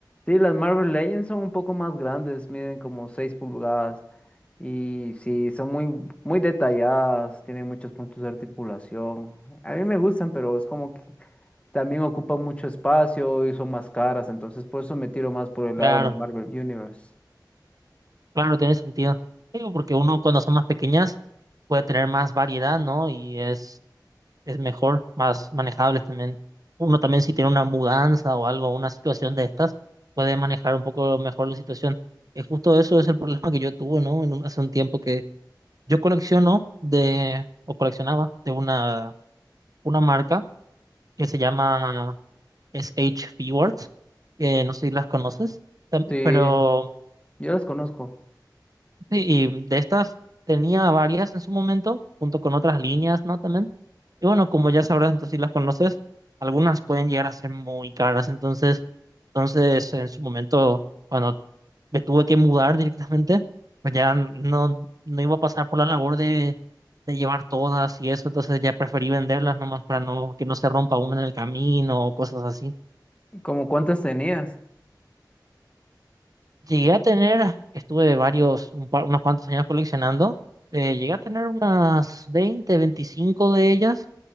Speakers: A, on the left; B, on the right.
A: sí, las Marvel Legends son un poco más grandes, miden como 6 pulgadas y sí, son muy, muy detalladas, tienen muchos puntos de articulación. A mí me gustan, pero es como que también ocupan mucho espacio y son más caras, entonces por eso me tiro más por el
B: Claro,
A: lado de las Marvel Universe.
B: claro, tiene sentido. Digo, porque uno cuando son más pequeñas puede tener más variedad, ¿no? Y es, es mejor, más manejables también. Uno también si tiene una mudanza o algo, una situación de estas, puede manejar un poco mejor la situación. Es justo eso es el problema que yo tuve, ¿no? En un- hace un tiempo que yo colecciono de, o coleccionaba de una, una marca que se llama S H Words que no sé si las conoces, tam-
A: Sí,
B: pero
A: Yo las conozco.
B: Sí, y de estas tenía varias en su momento, junto con otras líneas, ¿no? También. Y bueno, como ya sabrás, entonces si las conoces, algunas pueden llegar a ser muy caras. Entonces, entonces en su momento, cuando me tuve que mudar directamente, pues ya no, no iba a pasar por la labor de, de llevar todas y eso. Entonces ya preferí venderlas nomás para no, que no se rompa una en el camino o cosas así.
A: ¿Como cuántas tenías?
B: Llegué a tener, estuve varios, un par- unos cuantos años coleccionando, eh, llegué a tener unas 20, 25 de ellas,